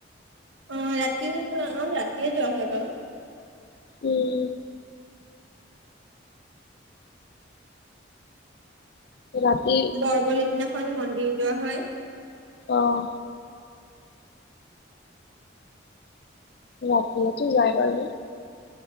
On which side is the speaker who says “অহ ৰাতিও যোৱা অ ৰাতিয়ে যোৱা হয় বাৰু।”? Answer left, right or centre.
Right